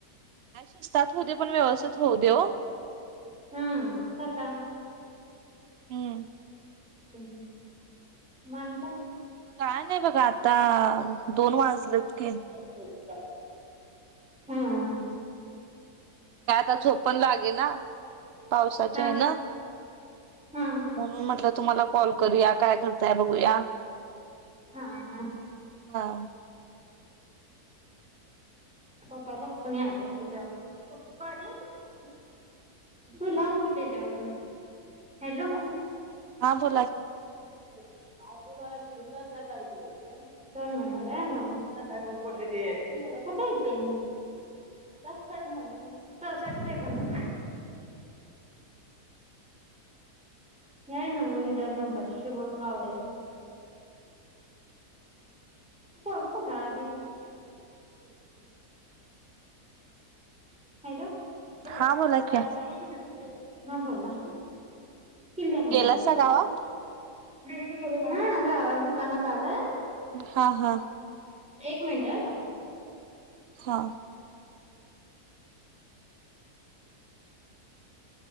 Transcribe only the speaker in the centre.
हं तर का
त्यानी मानता
<unintelligible> हा
हा
हा
हा हा.
पप्पाचा फोन नही आला तुझ्यावं? <unintelligible> तू लाव की त्याच्यावरनं. हॅलो <unintelligible>
<unintelligible> <unintelligible> काय फरक पडले ते. नाही त्यांच्याचकडे माझे मोठे सासू सासरे पण <inaudible> हे हाय नव्हं मग विदर नंबर शुभम गावडे. ते पोरगं कुठाय ते? <inaudible> हॅलो <unintelligible>
हं बोला, किल्ल्यानावर.
<unintelligible> हा गावात दुकानात आलोय.
एक मिनटं हं थांबा.